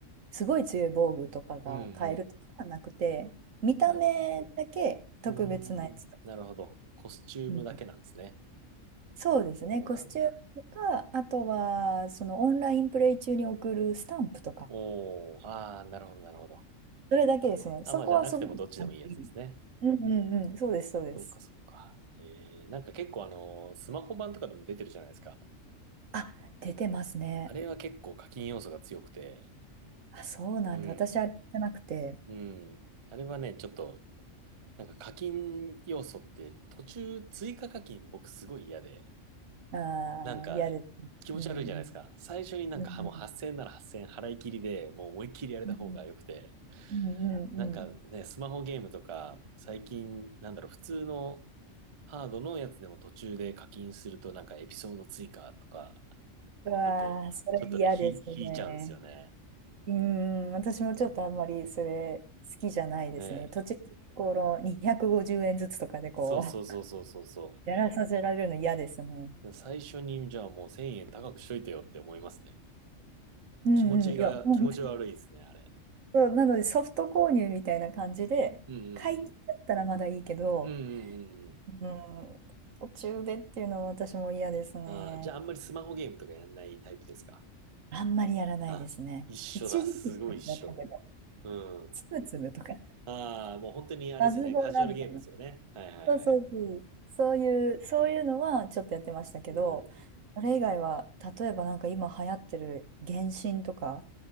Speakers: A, on the right; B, on the right.
A: すごい強い防具とかが買えるとかはなくて、
B: うん
A: 見た目だけ特別なやつとか。
B: うん。なるほど。うーん、なるほど。コスチュームだけなんですね。
A: うんそうですね、
B: そうなんだ。
A: コスチュームとか、あとはそのオンラインプレイ中に送るスタンプとか、
B: おー、ああ、なるほどなるほど。
A: それだけですね、
B: あ、
A: そこはすごく簡単でいい。
B: まあじゃなくてもどっちでもいいやつですね。
A: うんうんうん、そうです、そうです。
B: そうかそうか。えー、なんか結構あの、スマホ版とかでも出てるじゃないですか。
A: あ、出てますね。
B: あれは結構課金要素が強くて、
A: あ、そうなんだ、
B: うん、
A: 私あれじゃなくて、
B: うん。あれはね、ちょっとなんか課金要素って途中追加課金僕すごい嫌で、
A: あー、
B: なんか気持ち悪いじゃないですか。
A: 嫌ですね。うんうん
B: 最初になんかはもう8000円なら8000円払い切りでもう思いっきりやれた方が良くて、
A: うんうんうんうんうん。
B: なんかね、スマホゲームとか最近なんだろう、普通のハードのやつでも途中で課金するとなんかエピソード追加とかあると、
A: うわー、それ嫌ですね。
B: ちょっとね、ひ引いちゃうんですよね。
A: うん、私もちょっとあんまりそれ好きじゃないですね。
B: ねえ、
A: 途中、この250円ずつとかでこう。
B: そそうそうそうそうそ
A: やらさせられるの嫌ですね。
B: うそう。最初にじゃあもう1000円高くしといてよって思いますね。
A: うんうん、
B: 気持ちが、
A: いや、<laughs> 本当
B: 気持ち悪いですね、あれ。
A: そうなのでソフト購入みたいな感じで、
B: うん
A: 解禁だったらまだいいけど、
B: うんうん。うんうんうん
A: うん、途中でっていうのは私も嫌ですね。
B: うん。ああ、じゃああんまりスマホゲームとかやんないタイプですか
A: あんまりやらないですね。
B: あ、一緒だ。
A: 一時期だったけど、
B: すごい一緒。うん。
A: つぶつぶとか、
B: ああ、もう本当にあれですよね。
A: バズドラみたいな。
B: カジュアルゲームですよね。はいはいはい。
A: そうそうそう、そういう、そういうのはちょっとやってましたけど、
B: うん。
A: それ以外は、例えばなんか今流行ってる原神とか、